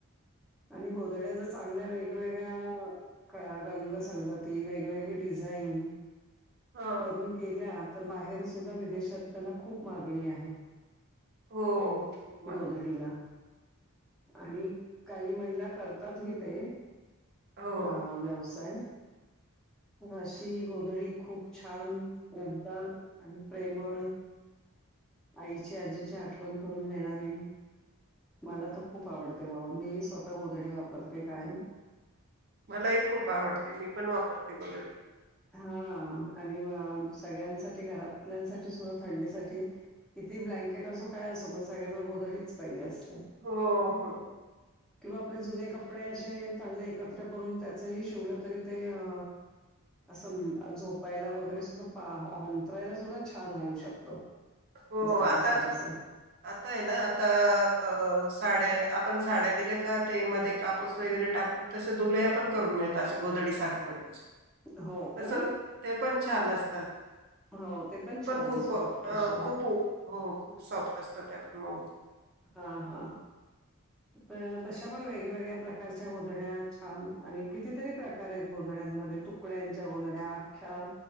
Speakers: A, in the centre; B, on the right.
A: आणि गोधड्या जर चांगल्या वेगवेगळ्या का रंगसंगती वेगवेगळी डिझाईन
B: हा
A: करून केल्या, तर बाहेर सुद्धा विदेशात त्यांना खूप मागणी आहे.
B: हो. खूप मान
A: गोधडीला आणि काही महिला करतात ही ते.
B: हो
A: हं व्यवसाय.
B: <inaudible>
A: तर अशी गोधडी खूप छान उबदाार आणि प्रेमळ आईची, आजीची आठवण करून देणारी. मला तर खूप आवडते बाबा मीही स्वतः गोधडी वापरते कायम.
B: मलाही खूप आवडते मी पण वापरते गोधडी.
A: हा आणि सगळ्यांसाठी घरातल्यासाठी सुद्धा थंडीसाठी कि ती ब्लँकेट असो काय असो पण सगळ्यांना गोधडीच पाहिजे असं
B: हो हो
A: किंवा आपले जुने कपडे असे चांगले एकत्र करून त्याचही शिवलं तरी ते अ असं झोपायला वगैरे सुद्धा अंतरायला सुद्धा छान होऊ शकतं.
B: हो
A: जाडसर
B: आता
A: असं.
B: आता आहे ना आता अ साड्या आपण साड्या दिल्या का ते मध्ये कापूस वगैरे टाकून तसे दुलह्यापण करून मिळत असे गोद गोधडी सारख्या म्हणजे
A: हो
B: तस
A: का?
B: ते पण छान असतात.
A: हो ते पण छान
B: खूप
A: सॉफ्ट
B: हं
A: अशा
B: खूप उ- हो खूप सॉफ्ट असतात त्या पण मऊ.
A: हा हां तर तशा पण वेगवेगळ्या प्रकारच्या गोधड्या छान आणि कितीतरी प्रकार आहेत गोधड्यांमध्ये. तुकड्यांच्या गोदड्या आख्या